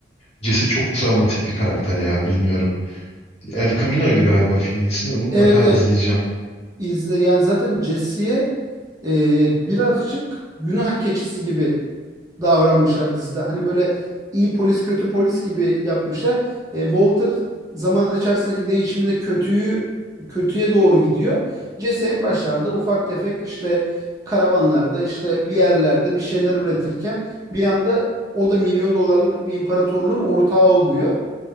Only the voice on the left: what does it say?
Jesse çok travmatik bir karakter ya bilmiyorum. El Camino'ydu galiba filmin ismi. Mutlaka
izleyeceğim.